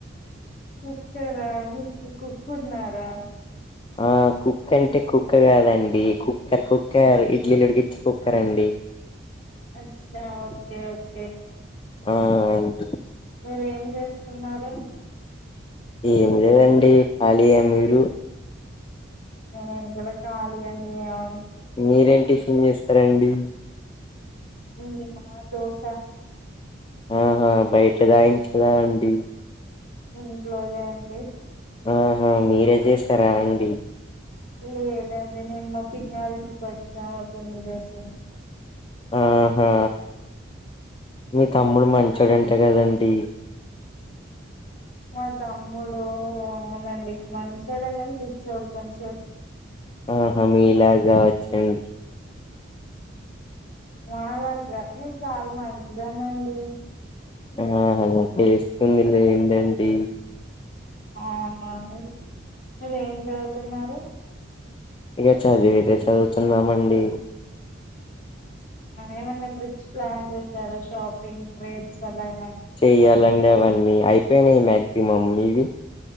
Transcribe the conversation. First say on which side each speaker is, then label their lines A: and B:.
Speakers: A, on the left (about 40°); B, on the left (about 25°).
A: కుక్కార మీక్కు కుక్కున్నారా
B: ఆ కుక్ అంటే కుక్క కాదండి కుక్కర్ కుక్కర్ ఇడ్లీలుడికిచ్చే కుక్కర్ అండి
A: అచ్చ ఓకే ఓకే
B: ఆ అవునండి
A: మీరు ఏం చేస్తున్నారు
B: ఏమి లేదండి కాలియే మీరు
A: నేను కూడా కాలి అండి ఔ
B: మీరేం టిఫిన్ చేస్తరండి
A: ఏం తిన్నానా దోస
B: ఆహా బయట దాయించదా అండి
A: ఇంట్లోదే అండి
B: ఆహా మీరే చేస్తారా అండి
A: లేదండి నేను మా‌ పిన్ని వాళ్ళింటికి వచ్చాను అ పిన్ని చేసింది
B: ఆహా మీ తమ్ముడు మంచోడంట కదండి
A: మా తమ్ముడు అవునండి మంచోడు కాని పిచ్చోడు కొంచెం
B: ఆహా మీ మీలాగా అచ్చం
A: మాలాగా నేను చాలా మంచిదాన్నండి
B: ఆ తెస్తుంది లెండండి
A: అవునా మీరు ఏం చదువుతున్నారు
B: ఇక చదివిరే చదువుతున్నామండి
A: ఏమన్నా ట్రిప్స్ ప్లాన్ చేసారా షాపింగ్ ట్ర్రిప్స్ అలా ఏమైనా
B: చెయ్యాలండి అవన్నీ అయిపోయినాయి మాక్సిమమ్ మీవి